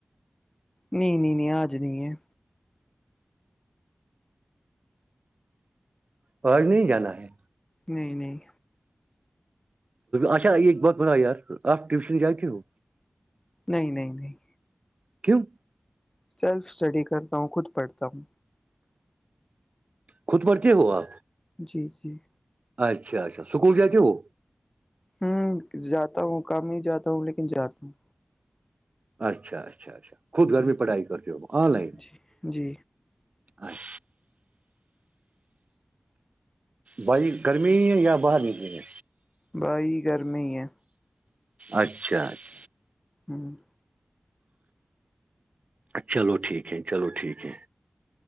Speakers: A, on the left; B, on the right.
A: نہیں نہیں نہیں آج نہیں ہے
B: اور نہیں جانا ہے
A: نہیں نہیں
B: اچا ایک بات بت یار آپ ٹیوشن جاتے ہو
A: نہیں نہیں نہیں
B: کیوں
A: سیلف اسٹڈی کرتا ہوں خود پڑھتا ہوں
B: خود پرڑتے ہو آ
A: جی جی
B: اچھا اچھا سکول جاتتےے وہ
A: ہوں جاتا ہوں کام ہی جاتا ہوں لیکن جاتا ہوں
B: اچھا اچھا اچھا خود گھر
A: جی
B: میں پڑھائی کرتے ہو آن لائن
A: جی جی
B: اچھ بائیک گرمی ہے یا باہر نکلی گے
A: بھائی گرمی ہی ہے
B: اچھا اچھا
A: ہوں
B: چلو ٹھیک ہے چلو ٹھیک ہے